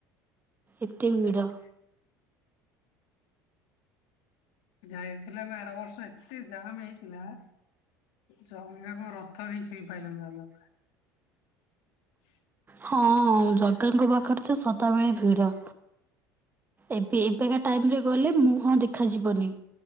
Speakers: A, on the right (about 20°); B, on the left (about 70°).
A: ଏତେ ଭିଡ଼।
B: ଆଛା। ଯାଇଥିଲ ନା ଆର ବର୍ଷ ଏତେ ଜାମ୍ ହେଇଥିଲା। ଜଗା ଙ୍କ ରଥ ବିି ଛୁଇଁ ପାଇଲୁନୁ ଆମେ। <inaudible>
A: ହଁ ଜଗାଙ୍କ ପାଖରେ ତ ସଦାବେଳେ ଭିଡ। ଏବେ ଏବେକା ଟାଇମ ରେ ଗଲେ ମୁହଁ ଦେଖାଯିବନି।